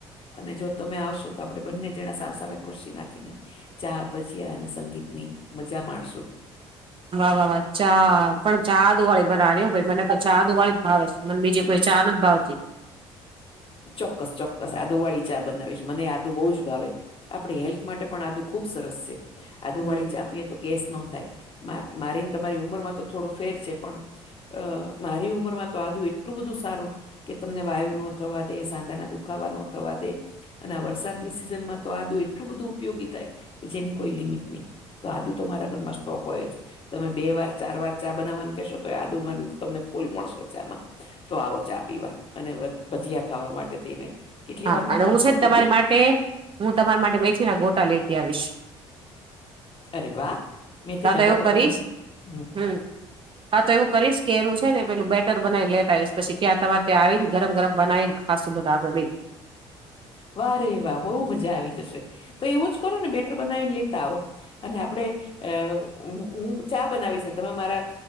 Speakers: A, on the left; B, on the right.
A: અને જો તમે આવશો તો આપડે બંને જણા સામેસામે ખુરશી નાખીને ચા ભજીયા અને સંગીત ની મજા માણશું
B: વાહ વાહ વાહ ચા પણ ચા આદુવાળી બનાવાની હો ભાઈ મને તો ચા આદુવાળી ભાવે મન બીજી કોઈ ચા નથી ભાવતી
A: ચોક્કસ ચોક્કસ આદુ વાળી ચા બનાવીશ મને આદુ બહુ જ ભાવે આપણે હેલ્થ માટે પણ આદુ ખુબ સરસ છે આદુ
B: હમ
A: વાળી ચા આપીએ તો ગેસ ન થાય મારીને તમારી ઉંમરમાં તો થોડો ફેર છે પણ અ મારી ઉંમર માં તો આદું એટલું બધું સારું કે તમને વાયુ નત થવા દે સાંધા ના દુખાવા ન થવા દે અને આ વરસાદની સિઝન માં તો આદું એટલું બધું ઉપયોગી થાય કે જેની કોઈ લિમિટ નહી તો આજુ તો મારા ઘરમાં સ્ટોક હોય જ તમે બે વાર ચાર વાર ચા બનાવવાનું કેહેશો તો આદુમાંર તમને ફૂલ મળશે ચામાં તો આવો ચા પીવા અને ભજીયા ખાવા માટે થઈને કેટલી
B: હા
A: વારમાં
B: અને
A: પહોંચશો
B: હું છે ને
A: તમે
B: તમારી માટે હું તમારી માટે મેથી ના ગોટા લેતી આવીશ
A: અરે વા મેથી
B: કા
A: ના ગોટ
B: એવું કરીશ
A: તો મને હ
B: હમ હા તો એવું કરીશ કે એનું છે ને પેલું બેટર બનાવી લે આવીશ પછી ત્યાં તમારે ત્યાં આવી ને ગરમ ગરમ બનાવીને હા સુું બધા આપે ભાઈ
A: વા રે વાહ બહુ મજા આવી જશે તો એવો જ કરો ને બેટર બનાવીને લેતા આવો અને આપણેે અ હું ચા બનાવીશ ને તમે મારા